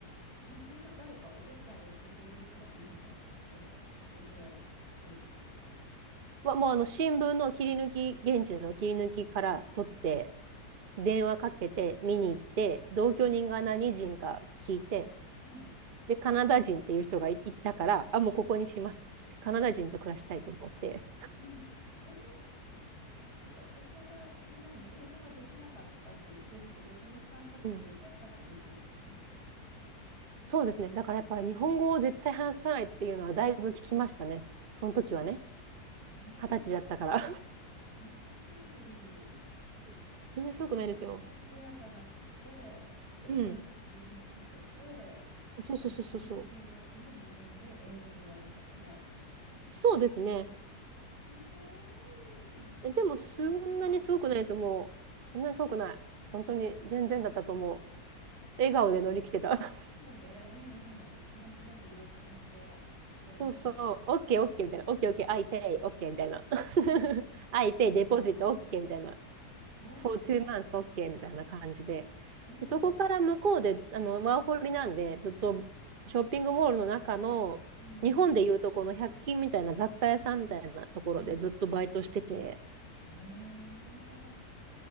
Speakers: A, on the right; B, on the right.
A: え、それは誰かお手伝いをしてくれる人がいるのそのお部屋を借りるときは。
B: はもうあの、新聞の切り抜き、現地の切り抜きから取って、電話かけて、見に行って、同居人が何人か聞いて、
A: うんうん
B: で、カナダ人っていう人がいいたから、あ、もうここにしますって言って、カナダ人と暮らしたいと思って。
A: うんえーそ、え、そんなに何英語ができなかったって言ってるけど、その3ヶ月でだいぶだからできるようになってるってことだよね。
B: うんそうですね。だからやっぱり日本語を絶対話さないっていうのはだいぶ聞きましたね。その時はね。
A: ええす
B: 二十歳だったから。
A: ごい。
B: <laughs> 全然すごくないですよ。
A: それで自分で部屋探して、で、
B: うん。
A: 電話を自分でかけて、
B: そうそうそうそうそう。
A: お部屋の契約も自分で英語でやるんだよね。
B: そうですね。
A: すごい。その情報が。
B: えでもそんなにすごくないです。もう、そんなにすごくない。本当に全然だったと思う。笑顔で乗り切ってた。
A: え、で、
B: <laughs>
A: そうで、うんうん、なんとなくリアクションしてやれてたのかな。
B: そうそう。オッケーオッケーみたいな。オッケーオッケー。I pay。オッケーみたいな。<laughs>
A: え、
B: I
A: すごい。
B: pay デポジットオッケーみたいな。
A: ほん、
B: for two months OK みたいな感じで、
A: おう、
B: そこから向こうで、あの、ワーホリなんで、ずっとショッピングモールの中の、
A: うん、
B: 日本でいうとこの百均みたいな雑貨屋さんみたいなところでずっとバイトしてて、
A: うん。ええ